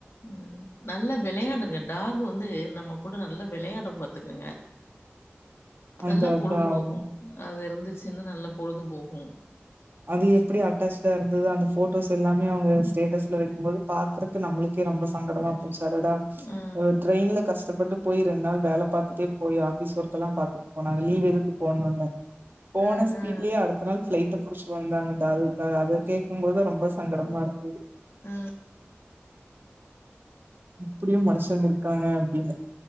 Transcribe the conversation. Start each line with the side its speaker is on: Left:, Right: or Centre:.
Left: ம் நல்லா வெளையாடுங்க டாக்கு வந்து நம்ம கூட நல்லா வெளையாடு பாத்துக்கங்க
Right: அதா
Left: நல்லா
Right: அதா
Left: பொழுதுபோகும் அது இருந் இருந்துச்சின்ன்னு நல்லா பொழுது போகூ
Right: அது எப்படி அட்டாச்டா இருந்தது அந்த போட்டோஸ் எல்லாமே அவுங்க ஸ்டேட்டஸ்ல வைக்கும் போது பாக்குறதுக்கு நம்மலுக்கே ரொம்ப சங்கடமா போச்சு தடடா
Left: ஆ
Right: ட்ரெயின்ல கஷ்டப்பட்டு போய் ரெண்டு நாள் வேல பாத்துட்டே போய் ஆபிஸ் ஒர்கெல்லாம் பாார்த் போனாங்க லீவ் எதுக்கு போட்ணும்னு போன
Left: ஆ
Right: ஸ்பிட்லயே
Left: ஆ
Right: அடுத்த நாள் ஃபிளைட் புடிச்சு வந்தாங்க அது அது கேட்கும் போது ரொம்ப சங்கடமா இருந்தது
Left: ஆ
Right: இப்டியும் மனசங்கருக்குராங்க அப்டின்னு